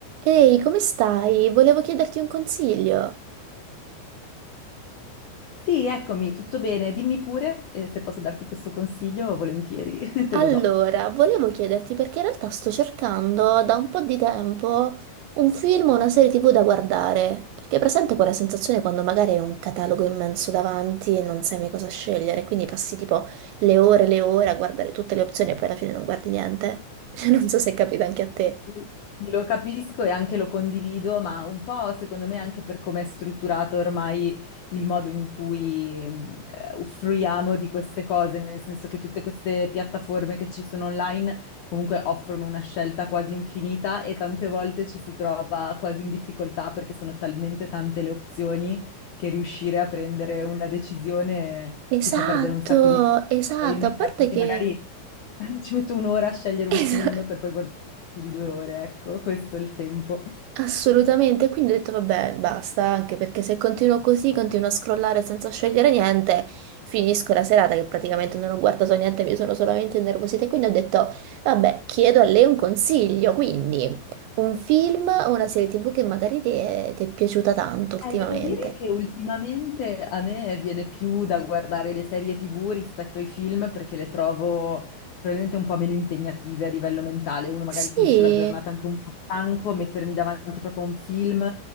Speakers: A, on the right; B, on the left.
A: Ehi, come stai? Volevo chiederti un consiglio.
B: Sì, eccomi, tutto bene. Dimmi pure, eh, se posso darti questo consiglio, volentieri <laughs> te
A: Allora,
B: lo do.
A: volevo chiederti perché in realtà sto cercando da un po' di tempo un film o una serie TV da guardare, perché è presente quella sensazione quando magari hai un catalogo immenso davanti e non sai mai cosa scegliere, quindi passi tipo le ore e le ore a guardare tutte le opzioni e poi alla fine non guardi niente. <laughs> Non so se è capita anche a te.
B: Sì, Lo capisco e anche lo condivido, ma un po' secondo me anche per come è strutturato ormai il modo in cui mh, eh, offriamo di queste cose, nel senso che tutte queste piattaforme che ci sono online comunque offrono una scelta quasi infinita e tante volte ci si trova quasi in difficoltà perché sono talmente tante le opzioni che riuscire a prendere una decisione
A: Esatto,
B: ti fa perdere un sacco di tempo.
A: esatto,
B: Io mi
A: a parte
B: trovo che
A: che...
B: magari <laughs> Ci metto un'ora a scegliere
A: <laughs>
B: un
A: Esatto.
B: film per poi guardare di due ore, ecco, questo è il tempo.
A: Assolutamente, quindi ho detto vabbè, basta, anche perché se continuo così, continuo a scrollare senza scegliere niente, finisco la serata che praticamente non ho guardato niente, mi sono solamente innervosita, e quindi ho detto vabbè, chiedo a lei un consiglio, quindi un film o una serie TV che magari ti è, ti è piaciuta tanto ultimamente.
B: Eh, devo dire che ultimamente a me viene più da guardare le serie TV rispetto ai film perché le trovo probabilmente un po' meno impegnative a livello mentale. Uno magari
A: Sì.
B: finisce la giornata anche un po' stanco, mettermi davanti proprio a un film